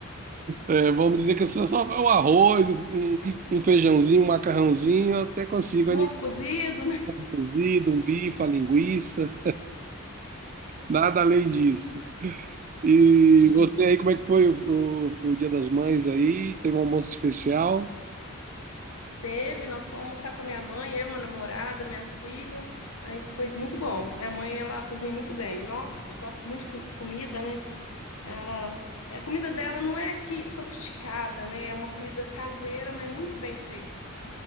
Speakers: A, on the right; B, on the left.
A: É, vamos dizer que eu só, só um arroz, um, um feijãozinho, um macarrãozinho, eu até consigo
B: um
A: animal
B: ovo cozido, né?
A: cozido, um bife, uma linguiça, nada além disso. E
B: Entendi.
A: você aí, como é que foi o, o- o Dia das Mães aí? Teve um almoço especial?
B: Teve, nós fomos almoçar com a minha mãe, eu, meu namorado, minhas filhas. Aí foi muito bom. Minha mãe, ela cozinha muito bem. Nossa, eu gosto muito de co- comida, né? Ela, é, a comida dela não é que sofisticada, né? É uma comida caseira, mas muito bem feita.